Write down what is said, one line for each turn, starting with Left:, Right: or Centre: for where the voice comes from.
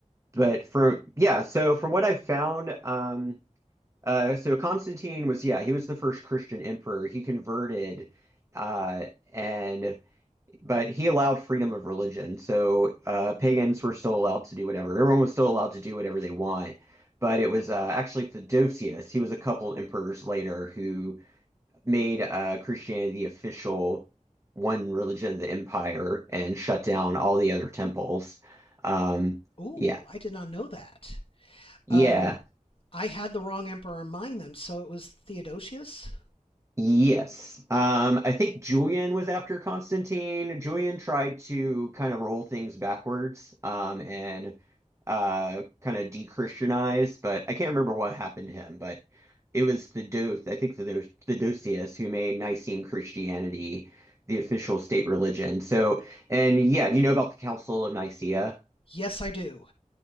Right: but for yeah, so from what I've found, um, uh, so Constantine was yeah, he was the first Christian emperor. He converted, uh, and but he allowed freedom of religion. So uh, pagans were still allowed to do whatever. Everyone was still allowed to do whatever they want. But it was uh, actually Theodosius. He was a couple emperors later who made uh, Christianity the official one religion of the empire and shut down all the other temples. Um,
Left: ooh,
Right: yeah.
Left: I did not know that.
Right: Yeah.
Left: Um, I had the wrong emperor in mind then, so it was Theodosius?
Right: Yes. Um, I think Julian was after Constantine. Julian tried to kind of roll things backwards, um, and uh, kind of de-Christianize, but I can't remember what happened to him. But it was the Do I think that there was Theodosius who made Nicene Christianity the official state religion. So, and yeah, do you know about the Council of Nicaea?
Left: Yes, I do.